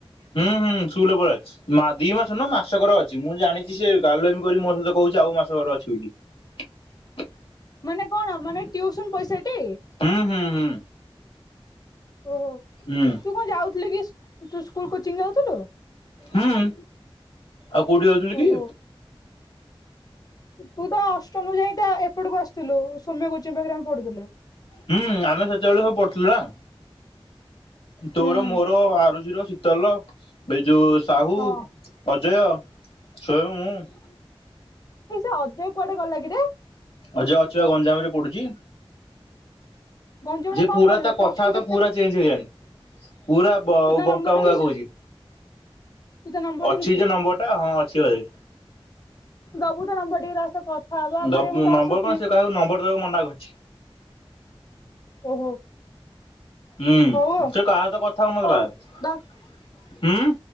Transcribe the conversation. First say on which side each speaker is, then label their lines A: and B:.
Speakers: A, on the left; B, on the left.
A: ହୁଁ ହୁଁ <unintelligible> ମା ଦିମାସର ନୁହଁ ମାସକର ଅଛି। ମୁଁ ଜାଣିଛି ସେ ଗାଲୁଆମି କରି ମୋ ସହିତ କହୁଛି ଆଉ ମାସକର ଅଛି ବୋଲି।
B: ମାନେ କଣ? ମାନେ ଟିୟୁସନ ପଇସା ଟି
A: ହୁଁ ହୁଁ ହୁଁ।
B: ଓହୋ
A: ହୁଁ
B: ତୁ କଣ ଯାଉଥୁଲୁ କି ତୁସ୍ ସ୍କୁଲ କୋଚିଙ୍ଗ ଯାଉଥୁଲୁ?
A: ହୁଁ। ଆଉ କୋଉଠି ଯାଉଥିଲି
B: ଓହୋ
A: କି?
B: ତୁ ତ ଅଷ୍ଟମ ରୁ ଜା ଏପଟକୁ ଆସିଥିଲୁ ସୌମ୍ୟ କୋଚିଙ୍ଗ ପାଖରେ ଆମେ ପଢୁଥିଲେ।
A: ହୁଁ ଆମେ ସେତେବେଳେ ସବୁ ପଢ଼ୁଥିଲୁ ନା। ତୋର
B: ହୁଁ
A: ମୋର ଆରୁଜିର। ଚିତଲ, ବିଜୁ ସାହୁ,
B: ହଁ
A: ଅଜୟ। ସ୍ଵୟବ ମୁଁ।
B: ଏଇ ସେ ଅଜୟ କୁଆଡେ ଗଲା କିରେ?
A: ଅଜୟ ଅଛି ବା ଗଞ୍ଜାମରେ ପଡ଼ୁଛି।
B: ଗଞ୍ଜାମରେ
A: ଯେ
B: କଣ
A: ପୁରା
B: ପଢିଲା
A: ତା କଥାବାତା
B: ପ୍ଲସ ଟୁ କେତେ
A: ପୁରା ଚେଞ୍ଜ ହେଇଗଲାନି। <inaudible> ପୁରା ବ
B: ତୁ ତା
A: ବଙ୍କା
B: ନମ୍ବର
A: ବଙ୍କା
B: ରଖିଛୁ
A: କହୁଛି।
B: ତୁ ତା ନମ୍ବର
A: ଅଛି
B: ରଖିଛୁ
A: ଯେ ନମ୍ବର ଟା ହଁ ଅଛି ହେଇ
B: ଦବୁ ତା ନମ୍ବର <unintelligible> ଭାଇ
A: ନମ୍ୱ
B: ମୁଁ ତା
A: ନମ୍ବର
B: ସହ ଦି
A: କଣ ସେ କାହାକୁ ନମ୍ବର ଦେବାକୁ ମନା କରଛି।
B: ଓହୋ
A: ହୁଁ
B: ହଉ ଆଉ
A: ତ କାହା ସହିତ କଥା ହଉନଥିଲା।
B: ହଉ ଦ
A: ହୁଁ।